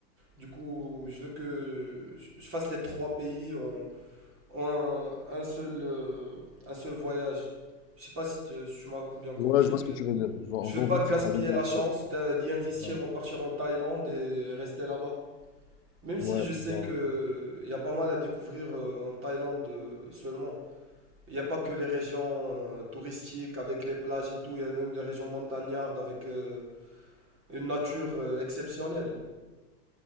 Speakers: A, on the right; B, on the left.
A: Du coup, je veux que je je fasse les trois pays en, en un, un seul, euh, un seul voyage. Je sais pas si, te- si tu m'as bien compris,
B: Ouais, je vois ce
A: mais...
B: que tu veux dire. Je vois,
A: Je
B: en gros,
A: vais pas
B: vu que
A: gaspiller
B: tu feras déjà.
A: la chance d'un- d'y investir,
B: Ouais,
A: en partir en Thaïlande et rester là-bas. Même si
B: ouais.
A: je sais
B: bah.
A: que il y a pas mal à découvrir euh, en Thaïlande euh, seulement. Il n'y a pas que les régions euh, touristiques avec les plages et tout, il y a même les régions montagnardes avec euh, une nature euh, exceptionnelle.